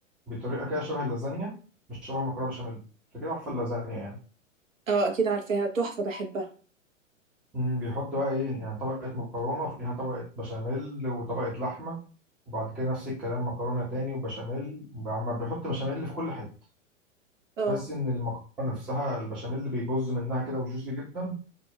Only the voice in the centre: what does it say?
بطريقة كده شبه اللازانيا مش شبه المكرونة بشاميل أنت كده عارفة اللازانيا يعني
مم، بيحط بقى ايه يعني طبقة مكرونة وفيها طبقة بشاميل وطبقة لحمة وبعد كده نفس الكلام مكرونة تاني وبشاميل عم بيحط بشاميل في كل حتة
تحس ان المكرونة نفسها البشاميل اللي بيبوظ منها كده وجوسي جدا